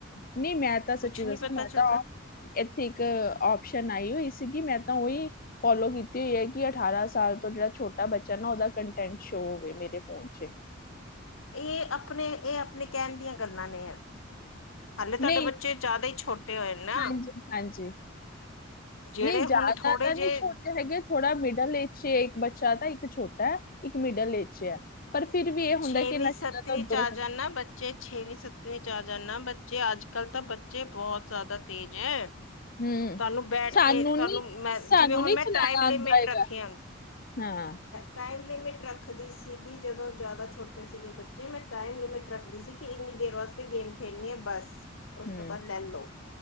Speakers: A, on the left; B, on the left.
A: ਨਹੀਂ ਮੈਂ ਤਾਂ ਸੱਚੀ
B: ਕੁਛ
A: ਦੱਸਾਂ
B: ਨਹੀਂ ਪਤਾ
A: ਮੈਂ
B: ਚੱਲਦਾ
A: ਤਾਂ ਇੱਥੇ ਇੱਕ ਓਪਸ਼ਨ ਆਈ ਹੋਈ ਸੀਗੀ, ਮੈਂ ਤਾਂ ਉਹੀ ਫੋਲੋ ਕੀਤੀ ਹੋਈ ਐ ਕਿ ਅਠਾਰਾਂ ਸਾਲ ਤੋਂ ਜਿਹੜਾ ਛੋਟਾ ਬੱਚਾ ਨਾ ਉਹਦਾ ਕੰਟੈਂਟ ਸ਼ੋ ਹੋਵੇ ਮੇਰੇ ਫੋਨ ਚ,
B: ਇਹ ਆਪਣੇ, ਇਹ ਆਪਣੇ ਕਹਿਣ ਦੀਆਂ ਗੱਲਾਂ ਨੇ ਹਾਲੇ
A: ਨਹੀਂ
B: ਤਾਡੇ ਬੱਚੇ ਜ਼ਿਆਦਾ ਈ ਛੋਟੇ ਹੋਏ ਨੇ ਨਾ
A: ਹਾਂਜੀ ਹਾਂਜੀ,
B: ਜਿਹੜੇ
A: ਨਈ ਜ਼ਿਆਦਾ
B: ਹੁਣ ਥੋੜੇ
A: ਤਾਂ
B: ਜਿਹੇ
A: ਨਹੀਂ ਛੋਟੇ ਹੈਗੇ, ਥੋੜਾ ਮ ਮਿਡਲ ਏ ਇੱਕ ਬੱਚਾ ਤਾਂ ਇੱਕ ਛੋਟਾ ਐ, ਇੱਕ ਮਿਡਲ ਏ ਚ ਐ। ਪਰ ਫਿਰ ਵੀ ਇਹ ਹੁੰਦਾ
B: ਛੇਵੀਂ
A: ਕਿ ਇਹਨਾਂ
B: ਸੱਤਵੀਂ
A: ਚੀਜ਼ਾਂ ਤਾਂ ਉੱਧਰ
B: ਚ ਆ ਜਾਣ ਨਾ ਬੱਚੇ ਛੇਵੀਂ- ਸੱਤਵੀਂ ਚ ਆ ਜਾਂਦਾ, ਬੱਚੇ ਅੱਜ- ਕੱਲ੍ਹ ਤਾਂ ਬੱਚੇ ਬਹੁਤ ਜ਼ਿਆਦਾ ਤੇਜ਼ ਐ।
A: ਹੂੰ
B: ਤਾਨੂੰ ਬੈਠ
A: ਸਾਨੂੰ
B: ਕੇ ਤੁਹਾਨੂੰ
A: ਨਹੀਂ
B: ਮੈਂ
A: ਸਾਨੂੰ
B: ਜਿਵੇਂ
A: ਨਹੀਂ
B: ਹੁਣ ਮੈਂ
A: ਚਲਾਣਾ
B: ਟਾਈਮ
A: ਆਉਂਦਾ
B: ਲੇਮਿਟ
A: ਹੈਗਾ
B: ਰੱਖੀ ਆ।
A: ਹਾਂ।
B: ਟਾਈਮ ਲਿਮਿਟ ਰੱਖਦੀ ਸੀਗੀ ਜਦੋਂ ਜ਼ਿਆਦਾ ਛੋਟੇ ਸੀਗੇ ਬੱਚੇ, ਮੈਂ ਟਾਈਮ ਲਿਮਿਟ ਰੱਖਦੀ ਸੀ ਕਿ ਇੰਨੀ ਦੇਰ ਵਾਸਤੇ ਗੇਮ ਖੇਡਣੀ ਐ, ਬਸ ਉਸ
A: ਹੂੰ
B: ਤੋਂ ਬਾਅਦ ਲੈਂਲੋ।